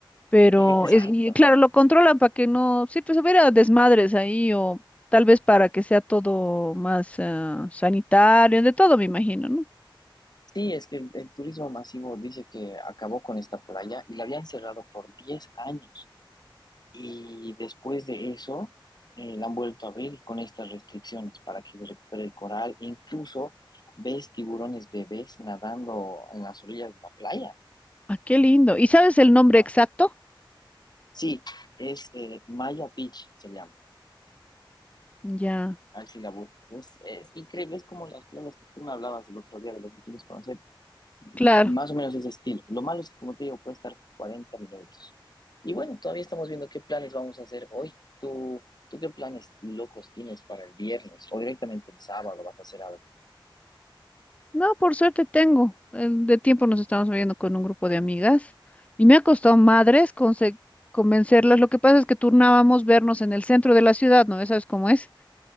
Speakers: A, on the left (about 15°); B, on the left (about 50°).
A: Pero
B: Exacto.
A: es, y claro, lo controlan para que no, sí, pues hubiera desmadres ahí o tal vez para que sea todo más ah, sanitario, de todo me imagino, ¿no?
B: Sí, es que el, el turismo masivo dice que acabó con esta playa y la habían cerrado por 10 años. Y después de eso, eh, la han vuelto a abrir con estas restricciones para que se recupere el coral. Incluso ves tiburones bebés nadando en las orillas de la playa.
A: Ah, qué lindo. ¿Y sabes el nombre
B: ¿ah?
A: exacto?
B: Sí, es eh, Maya Beach, se llama.
A: Ya,
B: A ver si la buscas. Es, es increíble, es como las playas que tú me hablabas el otro día de lo que quieres conocer.
A: claro.
B: Más o menos ese estilo. Lo malo es que, como te digo, puede estar 40 minutos. Y bueno, todavía estamos viendo qué planes vamos a hacer hoy. ¿Tú, tú qué planes locos tienes para el viernes o directamente el sábado vas a hacer algo?
A: No, por suerte tengo. Eh, De tiempo nos estamos viendo con un grupo de amigas y me ha costado madres conse- convencerlas. Lo que pasa es que turnábamos vernos en el centro de la ciudad, ¿no? ¿Ya ¿Sabes cómo es?